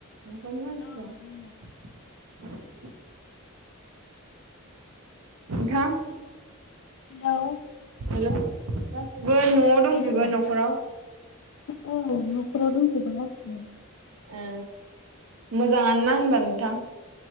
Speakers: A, on the right; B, on the left.
A: न'खरनि मानसिफ्रा?
B: औ दङ।
A: <unintelligible> नोंथां
B: हेल'
A: हेल' गासैबो न'आव दंजोबो
B: नामा?
A: न'खराव?
B: औ न'खराव दंजोबो गासैबो।
A: ए मोजाङानो ना होनबा नोंथां?